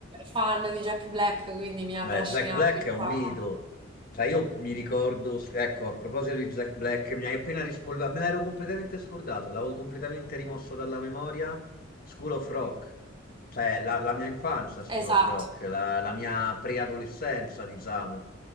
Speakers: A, on the right (about 25°); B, on the left (about 50°).
A: fan di Jack Black, quindi mi ha
B: Beh,
A: trascinato
B: Jack Black
A: in
B: è un
A: sala.
B: mito. Cioè, io mi ricordo, ecco, a proposito di Jack Black, mi hai appena rispolverato, me l'ero completamente scordato, l'avevo completamente rimosso dalla memoria. School of Rock, cioè la, la mia infanzia, School
A: Esatto,
B: of Rock, la, la mia preadolescenza, diciamo.